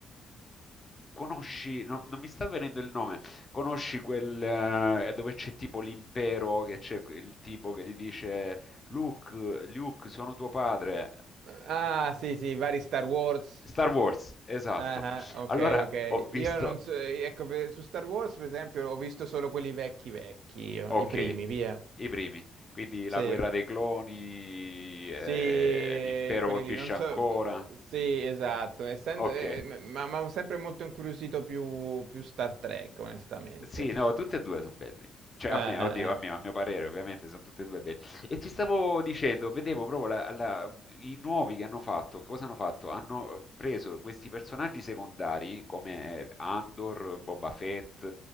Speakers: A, on the left; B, on the right.
A: Conosci, no, non mi sta venendo il nome, conosci quel eh, dove c'è tipo l'impero, che c'è il tipo che gli dice Luke, Luke, sono tuo padre. Eh,
B: Ah, sì, sì, vari Star Wars.
A: Star Wars, esatto.
B: Ah, ah, ok,
A: Allora
B: ok.
A: ho visto,
B: Io non so, ecco, per- su Star Wars, per esempio, ho visto solo quelli vecchi vecchi, io,
A: ok,
B: i primi, via.
A: i primi, quindi la
B: Sì,
A: guerra dei cloni, eh,
B: sì,
A: l'impero
B: quelli
A: colpisce
B: lì, non so,
A: ancora,
B: sì, esatto, essendo,
A: ok.
B: eh, ma, ma ho sempre molto incuriosito più, più Star Trek, onestamente.
A: Sì, no, tutte e due sono belli. Cioè,
B: Eh,
A: a
B: eh,
A: me, oddio, a
B: eh.
A: mio, a mio parere, ovviamente, sono tutte e due belli. E ti stavo dicendo, vedevo proprio la- la- i nuovi che hanno fatto, che cosa hanno fatto? Hanno eh, preso questi personaggi secondari come eh, Andor, Boba Fett,